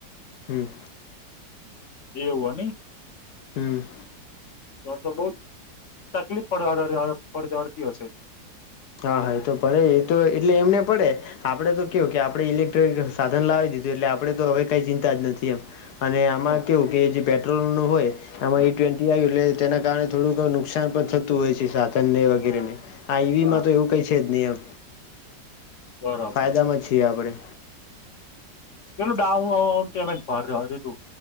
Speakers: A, on the left; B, on the left.
A: હમ
B: એવો નહીં?
A: હમ
B: તો તો બઉ જ તકલીફ પડ હડ <inaudible> પડતી હશે.
A: હા હા એ તો પડે એ તો એટલે એમને પડે આપડે તો કેવું કે આપડે ઇલેક્ટ્રોનિક સાધન લાવી દીધું એટલે આપણે તો હવે કઈ ચિંતા જ નથી એમ. અને આમાં
B: તો
A: કેવું કે જે પેટ્રોલનું હોય. આમાં ઈ ટ્વેન્ટી આયું એટલે તેના કારણે થોડુંક નુકસાન પણ થતું હોય છે સાધનને વગેરે ને. આ ઈવીમાં
B: હા
A: તો એવું કંઈ છે જ નહીં એમ.
B: બરાબર
A: ફાયદામાં છીએ આપણે.
B: કેટલું ડાઉન પેમેન્ટ ભર હર દીધું?